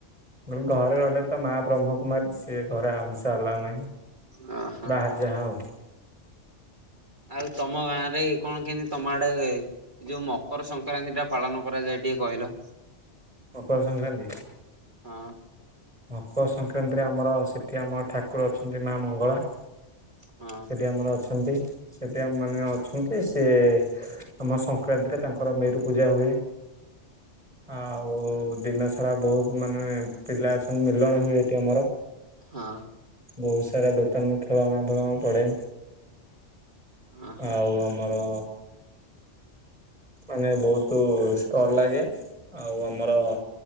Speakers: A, on the right; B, on the right.
A: ବ ଘରେ ରହିଲେ ତ ମା ବ୍ରହ୍ମକୁମାରୀ ସିଏ ଘରେ ଆଉଁସ ଅଲାଉ ନାହିଁ
B: ଓହୋ
A: ବାହାରେ ଯାହାହେଉ
B: ଆଉ ତମ ଗାଁ ରେ କଣ କେମିତି ତମ ଆଡେ ଯୋଉ ମକର ସଂକ୍ରାନ୍ତି ଟା ପାଳନ କରାଯାଏ ଟିକେ କହିଲ?
A: ମକର ସଂକ୍ରାନ୍ତି।
B: ହଁ।
A: ମକର ସଂକ୍ରାନ୍ତିରେ ଆମର ସେଠି ଆମର ଠାକୁର ଅଛନ୍ତି ମା ମଙ୍ଗଳା।
B: ହଁ
A: ସେଠି ଆମର ଅଛନ୍ତି ସେଠି ଆମ ମାନ ଅଛନ୍ତି ସେ ଆମ ସଂକ୍ରାନ୍ତିରେ ତାଙ୍କର ମେରୁ ପୂଜା ହୁଏ ଆଉ ଦିନ ସାରା ବହୁତ ମାନେ ପିଲା ଆସନ ମେଲଣ ହୁଏ ଏଠି ଆମର।
B: ହଁ।
A: ବହୁତ ସାରା ଦୋକାନ ଖେଳଣା ଫେଳଣା ପଡେ।
B: ହଁ ହଁ
A: ଆଉ ଆମର ମାନେ ବହୁତ ଷ୍ଟଲ ଲାଗେ ଆଉ ଆମର